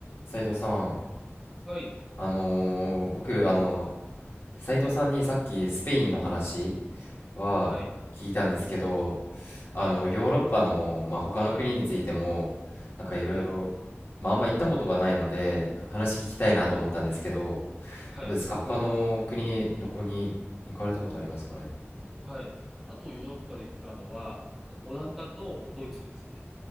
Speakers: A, on the left; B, in the centre.
A: 斉藤さん、
B: はい、
A: あのー僕、あの斉藤さんにさっきスペインの話は聞いたんですけど、
B: はい、
A: あの、
B: はい、
A: ヨーロッパの、まあ、他の国についても、なんかいろいろ、
B: はい、
A: まあ、あんま行ったことがないので、話聞きたいなと思ったんですけど、
B: はい、はい、
A: どうですか他の国、どこに行かれたことありますかね
B: はい。あとヨーロッパで行ったのは、オランダとドイツですね。